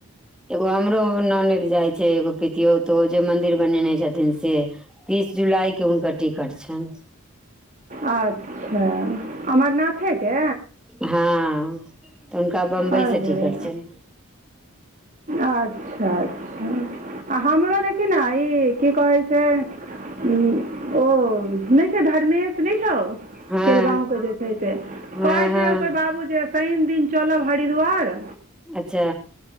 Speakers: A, in the centre; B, on the right (about 35°).
A: एगो हमरो नानद जाइ छै एगो पितियो तो ओ जे मंदिर बनेने छथिन से तीस जुलाई के हुनकर टिकट छनि।
B: अच्छा अमरनाथे के
A: हँ तऽ हुनका बम्बई
B: अरे
A: से टिकट छन
B: अच्छा अच्छा हमरा देखि न ई की कह छै से ओ नय छै धर्मेश नय छौ
A: हँ
B: केल गाँव के जेछै से
A: हँ
B: कहैत छै
A: हँ
B: ओकर बाबू जे शनि दिन चलब हरिद्वार।
A: अच्छा।